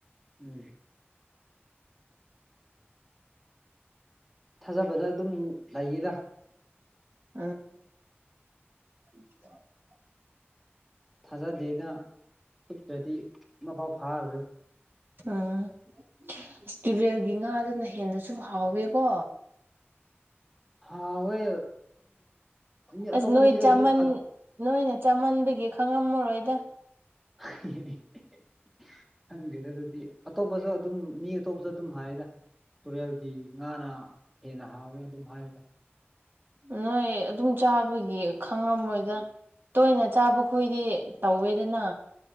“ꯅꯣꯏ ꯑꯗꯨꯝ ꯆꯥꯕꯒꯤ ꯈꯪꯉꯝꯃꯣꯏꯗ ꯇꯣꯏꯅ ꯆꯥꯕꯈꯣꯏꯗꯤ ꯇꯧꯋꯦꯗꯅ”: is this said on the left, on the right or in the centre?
Right